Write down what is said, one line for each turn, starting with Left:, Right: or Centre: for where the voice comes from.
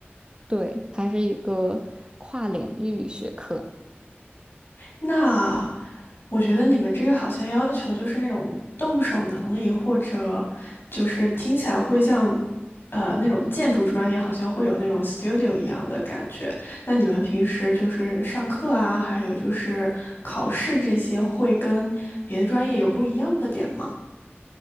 Right: 对，它是一个跨领域学科。
Left: 那我觉得你们这个好像要求就是那种动手能力，或者就是听起来会像，呃，那种建筑专业好像会有那种 studio 一样的感觉。那你们平时就是上课啊，还有就是考试这些，会跟别的专业有不一样的点吗？